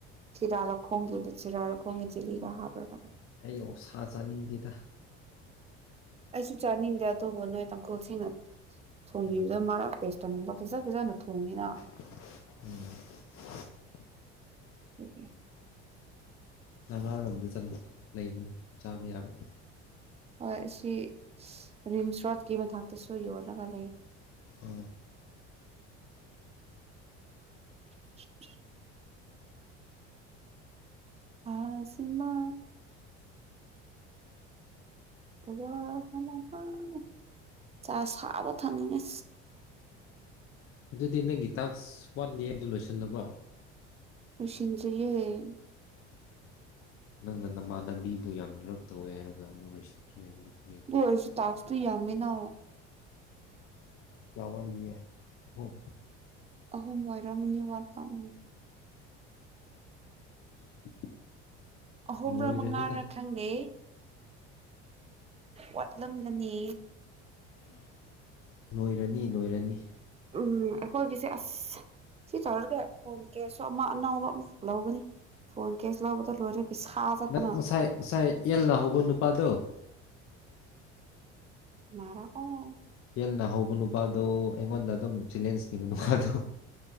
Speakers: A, on the right (about 20°); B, on the left (about 40°).
A: ꯆꯔꯥꯔꯈꯣꯡꯒꯤꯗ ꯆꯔꯥꯔꯈꯣꯡꯒꯤ ꯆꯤꯂꯤꯗꯣ ꯍꯥꯞꯔꯒ
B: ꯑꯩ ꯑꯣꯛꯁꯥ ꯆꯥꯅꯤꯡꯗꯦꯗ
A: ꯑꯩꯁꯨ ꯆꯥꯅꯤꯡꯗꯦ ꯑꯗꯨꯕꯨ ꯅꯣꯏ ꯇꯥꯡꯈꯨꯜꯁꯤꯡꯅ ꯊꯣꯏꯕꯤꯗꯨ
B: ꯎꯝ
A: ꯃꯔꯥꯛ ꯇꯦꯁ ꯇꯧꯅꯤꯡꯕ ꯐꯖ ꯐꯖꯅ ꯊꯣꯡꯉꯤꯅ
B: <unintelligible>
A: ꯑꯗꯨꯒꯤ
B: ꯅꯒꯥꯔꯣꯝꯗ ꯆꯠꯂꯣ ꯂꯩꯕꯅꯦ ꯆꯥꯕ ꯌꯥꯕ
A: ꯍꯣꯏ ꯑꯁꯤ ꯔꯤꯝꯁ ꯔꯣꯗꯀꯤ ꯃꯊꯛꯇꯁꯨ ꯌꯣꯜꯂꯒ ꯂꯩ
B: ꯑ
A: <unintelligible> ꯑꯥ ꯁꯤꯃꯥ <unintelligible> ꯆꯥ ꯁꯥꯕ ꯊꯪꯅꯤꯡꯅꯦ
B: ꯑꯗꯨꯗꯤ ꯅꯪꯒꯤ ꯇꯥꯛꯁ ꯋꯥꯠꯂꯤ ꯍꯥꯏꯕꯗꯨ ꯂꯣꯏꯁꯤꯜꯂꯕꯣ
A: ꯂꯣꯏꯁꯤꯟꯗ꯭ꯔꯤꯌꯦ
B: ꯅꯪꯅ ꯅꯃꯥꯟꯅꯕꯤꯕꯨ ꯌꯥꯝ ꯔꯛ ꯇꯧꯋꯦ ꯍꯥꯏꯔꯒ ꯑꯃꯨꯛ ꯂꯣꯏꯁꯤꯟꯈ꯭ꯔꯦ ꯍꯥꯏꯕꯗꯨ
A: ꯑꯗꯨ ꯑꯣꯏꯔꯁꯨ ꯇꯥꯛꯁꯨ ꯌꯥꯝꯃꯤꯅ
B: ꯀꯌꯥ ꯋꯥꯠꯂꯤꯌꯦ <unintelligible>
A: ꯑꯍꯨꯝ ꯑꯣꯏꯔꯝꯃꯅꯤ ꯋꯥꯠꯄ ꯎꯝ
B: <unintelligible>
A: ꯑꯍꯨꯝꯔ
B: ꯂꯣꯏꯔꯅꯤꯗ
A: ꯃꯉꯥꯔ ꯈꯪꯗꯦ ꯋꯥꯠꯂꯝꯒꯅꯤ
B: ꯂꯣꯏꯔꯅꯤ ꯂꯣꯏꯔꯅꯤ
A: ꯎꯝ ꯑꯩꯈꯣꯏꯒꯤꯁꯦ ꯑꯁ ꯁꯤ ꯇꯧꯔꯒꯥ ꯐꯣꯟ ꯀꯦꯁꯨ ꯑꯃ ꯑꯅꯧꯕ ꯑꯃ ꯑꯃꯨꯛ ꯂꯧꯒꯅꯤ ꯐꯣꯟ ꯀꯦꯁꯨ ꯂꯧꯕꯗ ꯂꯣꯏꯔꯦ ꯄꯩꯁꯥ ꯆꯠꯄꯅ
B: ꯅꯪ ꯉꯁꯥꯏ ꯉꯁꯥꯏ ꯑꯦꯜꯅ ꯍꯧꯕ ꯅꯨꯄꯥꯗꯣ
A: ꯀꯅꯥꯔꯥ ꯑꯣ
B: ꯑꯦꯜꯅ ꯍꯧꯕ ꯅꯨꯄꯥꯗꯣ ꯑꯩꯉꯣꯟꯗ ꯑꯗꯨꯝ ꯆꯦꯂꯦꯟꯖ ꯅꯤꯕ ꯅꯨꯄꯥꯗꯨ